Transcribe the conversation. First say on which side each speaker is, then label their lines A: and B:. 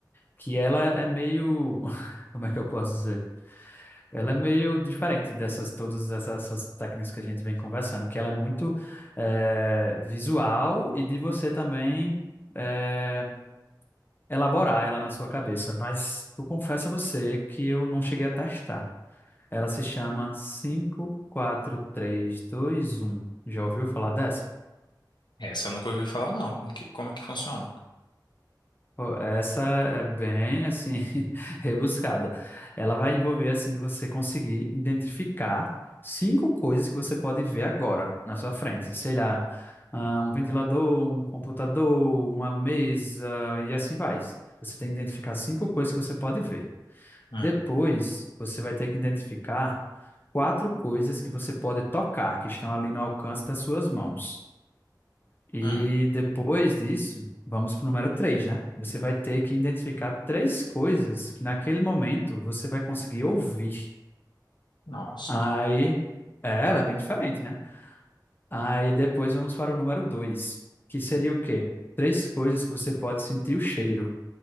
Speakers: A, on the left; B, on the left.
A: que ela é meio, <laughs> como é que eu posso dizer? Ela é meio diferente dessas todas essas, essas técnicas que a gente vem conversando, que ela é muito eh, visual e de você também eh, elaborar ela na sua cabeça, mas eu confesso a você que eu não cheguei a testar. Ela se chama cinco, quatro, três, dois, um. Já ouviu falar dessa?
B: Essa eu nunca ouvi falar, não. Como que, como que funciona?
A: Pô, Essa é bem assim <laughs> rebuscada. Ela vai envolver assim de você conseguir identificar cinco coisas que você pode ver agora na sua frente. Sei lá, ah, um ventilador, um computador, uma mesa e assim vai. Você tem que identificar cinco coisas que você pode ver.
B: Hum,
A: Depois, você vai ter que identificar quatro coisas que você pode tocar, que estão ali no alcance das suas mãos. E
B: hum,
A: depois disso, vamos para o número três, né? Você vai ter que identificar três coisas que naquele momento você vai conseguir ouvir.
B: nossa.
A: Aí, é, ela é bem diferente, né? Aí depois vamos para o número dois, que seria o quê? Três coisas que você pode sentir o cheiro